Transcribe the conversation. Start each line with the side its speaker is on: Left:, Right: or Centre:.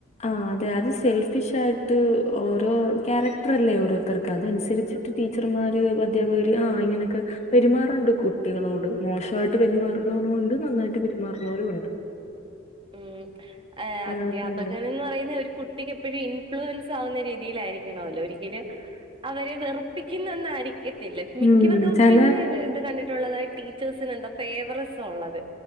Left: ആഹ് അതെ അത് സെൽഫിഷായിട്ട് ഓരോ ക്യാരക്ടർ അല്ലേ ഓരോത്തർക്ക് അതൻസരിച്ച് ടീച്ചർമാര് അധ്യാപകര് ആഹ് ഇങ്ങനെയൊക്കെ പെരുമാറണ്ട് കുട്ടികളോട് മോശയി - ട്ട് പെരുമാറുന്നൊരു ഒണ്ട് നന്നായിട്ട് പെരുമാറുന്നൊരു ഒണ്ട്
Right: ഉം ആഹ്
Left: അങ്ങനത്തെ
Right: അദ്ധ്യാപകൽന്ന്
Left: ഉണ്ട്
Right: പറയുന്ന ഒരു കു- കുട്ടിക്ക് എപ്പഴും ഇൻഫ്ലുവൻസ് ആവുന്ന രീതിയിലായിരിക്കണല്ലോ ഒരിക്കലും അവരെ വെറുപ്പിക്കുന്നന്നായിരി - ക്കാത്തില്ല മിക്കവർക്കും
Left: ഉം ചില
Right: പിന്നെ ഒരി ഇത് കണ്ടിട്ടുള്ളതായി ടീച്ചേഴ്സിന് എന്താ ഫേവറിസോള്ളത്